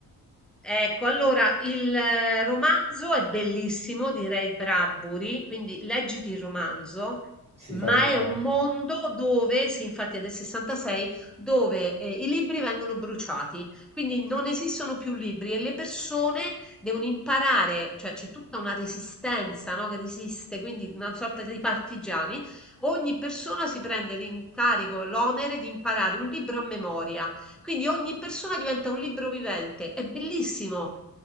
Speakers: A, in the centre; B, on the right.
A: Ecco, allora il eh, romanzo è bellissimo di Ray Bradbury, quindi leggiti il romanzo,
B: Si
A: ma
B: fanno entrambi.
A: è un mondo dove, sì, infatti è del 66, dove eh, i libri vengono bruciati, quindi non esistono più libri e le persone devono imparare, cioè c'è tutta una resistenza, no, che resiste, quindi una sorta di partigiani. Ogni persona si prende l'incarico, l'onere di imparare un libro a memoria. Quindi ogni persona diventa un libro vivente, è bellissimo.